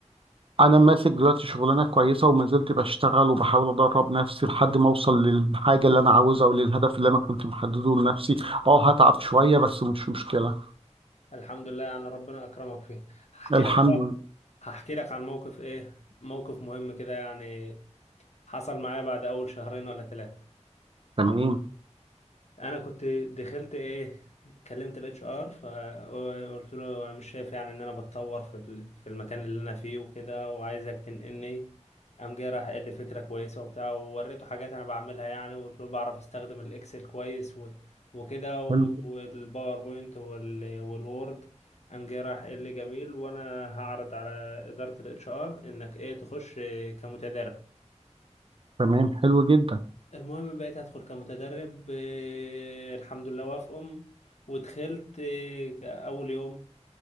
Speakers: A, on the right; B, on the left.
A: انا ماسك دلوقتي شغلانه كويسه وما زلت بشتغل وبحاول ادرب نفسي لحد ما اوصل للحاجه اللي انا عاوزها وللهدف اللي انا كنت محدده لنفسي اه هتعب شويه بس مش مشكله
B: الحمد لله يعني ربنا اكرمك فيه هحكي
A: الحمد
B: لك بقى
A: لله
B: هحكي لك عن موقف ايه موقف مهم كده يعني حصل معايا بعد اول شهرين ولا ثلاثة
A: تمام
B: انا كنت دخلت ايه كلمت الاتش ار فقلت له انا مش شايف يعني ان انا بتطور في ال- في المكان اللي انا فيه وكده وعايزك تنقلني قام جاي راح قال لي فكره كويسه وبتاع ووريته حاجات انا بعملها يعني وقلت له بعرف استخدم الاكسل كويس و- وكده و-
A: حلو
B: والباوربوينت وال- والوورد قام جاي راح قال لي جميل وانا هعرض على اداره الاتش ار انك ايه تخش كمتدرب
A: تمام حلو جدا
B: المهم بقيت هدخل كمتدرب آه، الحمد لله وافقهم ودخلت آه، أول يوم